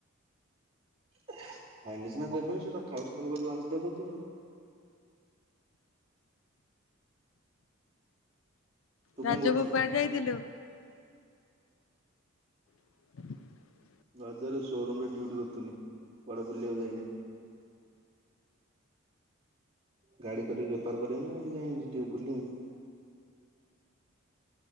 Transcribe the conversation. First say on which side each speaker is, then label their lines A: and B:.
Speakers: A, on the right; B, on the left.
A: ଖାଇଲି ସିନା <unintelligible> ବାନ୍ତି ଦେଖଉଛି ଆଉ। ତୁ
B: ରଜ
A: କଣ କରୁଛୁ?
B: କୁଆଡ଼େ ଯାଇଥିଲୁ? <inaudible>
A: ରଜରେ ସୋରୁମ ରେ ଡିଉଟି କରୁଥିନି କୁଆଡେ ବୁଲିବାକୁ ଯାଇନେଇ। ଗାଡି କରିବି ବେପାର କରିବି ନାଁ ସେଠି ଯାଇ ଯିବ ବୁଲେ।